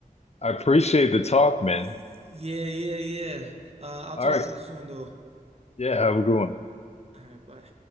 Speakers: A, on the left; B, on the right.
A: I appreciate the talk, man.
B: yeah, yeah, yeah. Uh, I'll
A: All
B: talk
A: right.
B: to you soon though.
A: Yeah, have a good one.
B: All right, bye.